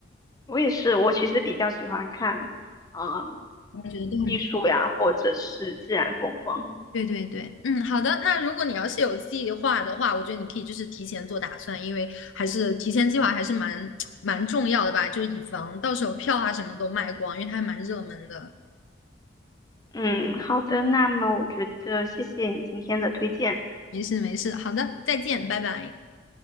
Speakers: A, on the left; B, on the left.
A: 我也是，我其实比较喜欢看啊、呃
B: 我觉得都还蛮。
A: 艺术呀，或者是自然风光。
B: 对对对，嗯，好的。那如果你要是有计划的话，我觉得你可以就是提前做打算，因为还是提前计划还是蛮 <tsk> 蛮重要的吧，就是以防到时候票啊什么都卖光，因为它还蛮热门的。
A: 嗯，好的，那么我觉得谢谢你今天的推荐，
B: 没事没事，好的，再见，拜拜。